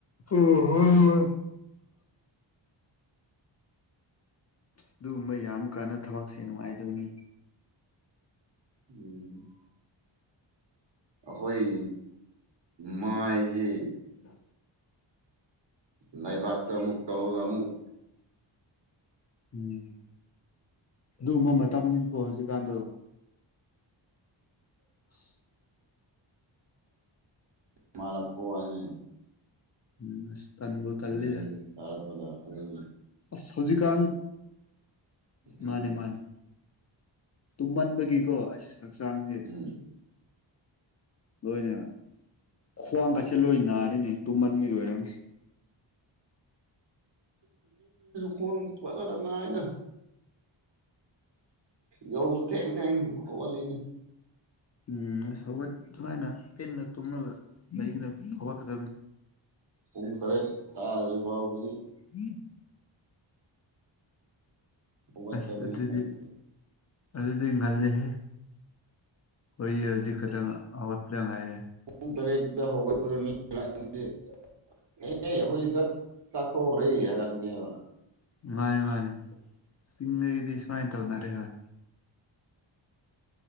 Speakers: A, on the left; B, on the right.
A: ꯑꯣ ꯍꯣꯏ ꯍ ꯑꯗꯨꯒꯨꯝꯕ ꯌꯥꯝ ꯀꯥꯟꯟꯅ ꯊꯕꯛꯁꯦ ꯅꯨꯡꯉꯥꯏꯗꯕꯅꯤ
B: ꯎꯝ ꯑꯩꯈꯣꯏ ꯃꯥꯏꯁꯦ
A: ꯑ
B: ꯂꯩꯕꯥꯛꯇ ꯑꯃꯨꯛ ꯇꯧꯔꯒ ꯑꯃꯨꯛ
A: ꯎꯝ ꯑꯗꯨꯝꯕ ꯃꯇꯝꯅꯤꯀꯣ ꯍꯧꯖꯤꯛꯀꯥꯟꯗꯣ <inaudible>
B: ꯃꯥꯔ ꯄꯨꯋꯥꯅꯤ
A: ꯎꯝ ꯑꯁ ꯇꯟꯕꯨ ꯇꯜꯂꯤꯗ
B: ꯃꯊ ꯇꯔꯒꯄꯗꯥ ꯎꯝ
A: ꯑꯁ ꯍꯧꯖꯤꯛꯀꯥꯟ
B: ꯎꯝ
A: ꯃꯥꯅꯦ ꯃꯥꯅꯦ ꯇꯨꯝꯃꯟꯕꯒꯤꯀꯣ ꯑꯁ ꯍꯛꯆꯥꯡꯁꯦ
B: ꯎꯝ
A: ꯂꯣꯏꯅ ꯈ꯭ꯋꯥꯡꯒꯠꯁꯦ ꯂꯣꯏ ꯅꯥꯔꯤꯅꯦ ꯇꯨꯝꯃꯟꯕꯒꯤ ꯑꯣꯏꯔꯝꯅꯤ
B: ꯀꯣꯟ ꯄꯅ ꯅꯥꯏꯅ ꯌꯧꯁꯨ ꯊꯦꯡ ꯊꯦꯡ ꯍꯧꯋꯥꯠꯂꯤꯅꯤ
A: ꯎꯝ ꯍꯧꯒꯠ ꯁꯨꯃꯥꯏꯅ ꯄꯦꯟꯅ ꯇꯨꯝꯂꯒ ꯂꯩꯒꯗꯕ ꯍꯧꯒꯠꯀꯗꯕꯅꯤ
B: ꯄꯨꯡ ꯇꯔꯦꯠ ꯇꯥꯗ꯭ꯔꯤ ꯐꯥꯎꯕꯒꯤ
A: ꯎꯝ
B: ꯍꯧꯒꯠꯇꯕꯅꯤ
A: ꯑꯁ ꯑꯗꯨꯗꯤ
B: ꯍꯟꯗꯛꯁꯦ
A: ꯑꯗꯨꯗꯤ ꯉꯜꯜꯂꯤꯦꯍꯦ ꯍꯣꯏꯌꯦ ꯍꯧꯖꯤꯛ ꯈꯛꯇꯪ ꯍꯧꯒꯠꯄ ꯉꯥꯏꯔꯦ
B: ꯄꯨꯡꯨꯡ ꯇꯔꯦꯠꯗ ꯍꯒ꯭ꯔ ꯑꯦ ꯑꯩꯈꯣꯏ ꯁꯥꯛ ꯆꯥꯛꯊꯣꯛꯈ꯭ꯔꯦ ꯍꯥꯏꯔꯛꯀꯅꯦꯕ
A: ꯃꯥꯅꯤ ꯃꯥꯅꯤ ꯆꯤꯡꯗꯒꯤꯗꯤ ꯁꯨꯃꯥꯏꯅ ꯇꯧꯅꯔꯦ ꯍꯣꯏ